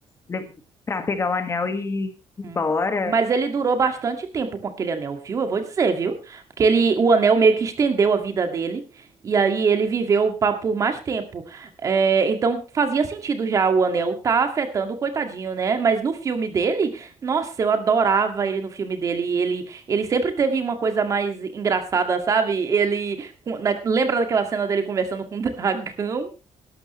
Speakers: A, on the left (about 25°); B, on the right (about 30°).
A: le- pra pegar o anel e ir embora.
B: Hum. Mas ele durou bastante tempo com aquele anel, viu? Eu vou dizer, viu? Porque ele, o anel meio que estendeu a vida dele. E aí ele viveu pa- por mais tempo. É, então fazia sentido já o anel tá afetando o coitadinho, né? Mas no filme dele, nossa, eu adorava ele no filme dele. E Ele, ele sempre teve uma coisa mais engraçada, sabe? Ele com- na- lembra daquela cena dele conversando com o <laughs> dragão?